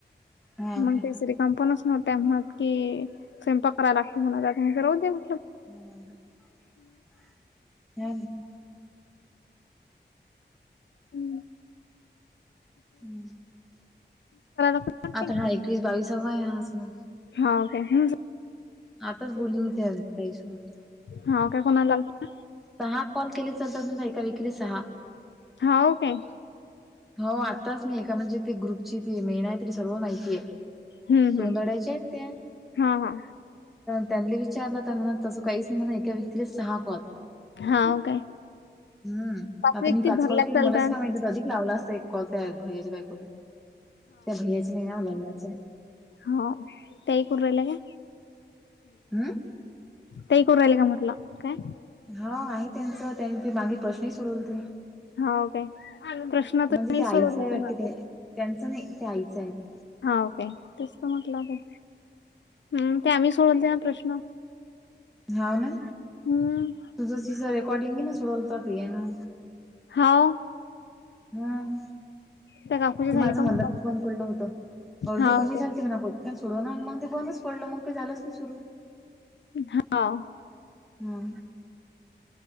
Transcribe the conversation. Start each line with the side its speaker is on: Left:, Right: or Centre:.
Centre: हा ओके
Left: म तेसरी काम पण असणार तेव्हा के, स्वयंपाक करायला लागत म्हणा नाहीत राहुदे म.
Centre: <unintelligible>
Left: हम.
Centre: हम्,
Left: लागते
Centre: आता हा एकवीस बावीसावा आहे हास म.
Left: हा का हून
Centre: आताच बोलली मी त्या ताईसोबत.
Left: हा काय कोणाला आलता?
Centre: सहा कॉल केले चालत एका विकेले सहा.
Left: हाव काय.
Centre: हो आत्ताच मी एका म्हणजे ते ग्रुपची ती मेन आहे तरी सर्व माहितीये.
Left: हम्म
Centre: सोंदड्याच्या
Left: हम्म
Centre: आहेत त्या.
Left: हा हा
Centre: त्यांनले विचारलं तर म्हणा तसं काहीच नाही म्हन एका व्यक्तीला सहा कॉल.
Left: हाव काय
Centre: हम्म, आता
Left: व्यक्ती
Centre: मी पाच
Left: धरल्यात
Centre: कॉल के
Left: चालतात
Centre: मलाच काय माहिती अधिक लावल एक कॉल त्या भैययाच्या बायकोले, त्या भैयाचे नाही ना लग्नाचे.
Left: हाव, ते ऐकून राहिल्या का.
Centre: हम्म.
Left: तई ऐकून रहिल्या का म्हटल काय?
Centre: हा आहे त्यांचं त्यांनी त मागे प्रश्नही सोडवलं ते.
Left: हाव काय प्रश्न तर
Centre: म्हणजे
Left: मी
Centre: ते आईचं
Left: सोडवला
Centre: आहे वाटते
Left: माझा
Centre: ते, त्यांचं नाही ते आईच आहे ते.
Left: हाव काय, तेच तर म्हटलं असल. हम् ते आम्ही सोडवल तेना प्रश्न.
Centre: हाव ना,
Left: हम्म
Centre: तुझं तिझ रेकॉर्डिंग आहे ना सोडवलता प्रियान.
Left: हाव.
Centre: हम,
Left: त्या काकूचे
Centre: ते
Left: झाले
Centre: माझं
Left: का मग
Centre: मंडपच
Left: कॉल
Centre: बंद पडलं होतं, अळदी
Left: हाव
Centre: कमी
Left: काय
Centre: झालती का नायगो. सोडवून म ते बंदच पडलं मग काय झालंच नाही सुरू.
Left: हाव.
Centre: हा.